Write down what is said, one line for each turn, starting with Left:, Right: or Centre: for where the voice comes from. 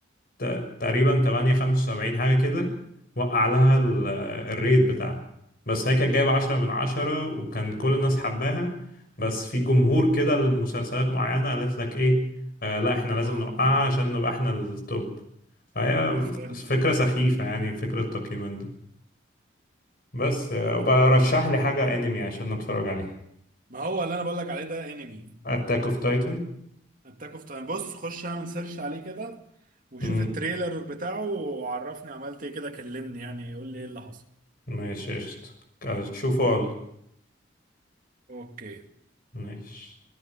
Left: ت- تقريبا 8 75 حاجة كده وقع لها ال- الريت بتاعها بس هي كانت جايبة 10 من 10 وكان كل الناس حباها بس في جمهور كده لمسلسلات معينة قالت لك ايه آه لا احنا
Right: اه
Left: لازم نوقعها عشان نبقى احنا التوب فهي
Right: فهمت
Left: فكرة سخيفة يعني فكرة التقييمات دي بس آه،
Right: عندك
Left: وبقى
Right: حق
Left: رشح
Right: والله
Left: لي حاجة انمي عشان نتفرج عليها
Right: ما هو اللي انا بقول لك عليه ده انمي
Left: اتاك اوف تايتن
Right: اتاك اوف تايم بص خش اعمل سيرش عليه كده وشوف
Left: امم
Right: التريلر بتاعه وعرفني عملت ايه كده كلمني يعني قول لي ايه اللي حصل
Left: ماشي قشطة تشوفوا
Right: اوكي
Left: ماشي